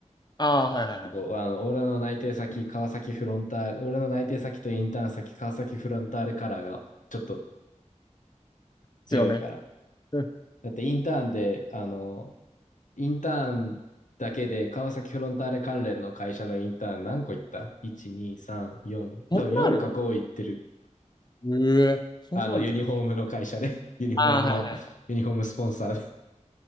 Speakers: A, on the left; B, on the left.
A: ああ、はいはいはい。
B: そう、あの、俺の内定先、川崎フロンターレ、俺の内定先とインターン先、川崎フロンターレカラーがちょっと
A: 強め。
B: 強いから。
A: うん、
B: だってインターンで、あの、インターンだけで川崎フロンターレ関連の会社のインターン何個行った ?1、2、3、4、
A: そんなある
B: 多分4か5行ってる。
A: ええそんなあるんだ。
B: あの、ユニフォームの会社で、ユニフォームの、
A: ああ、はい
B: ユニフォームスポンサー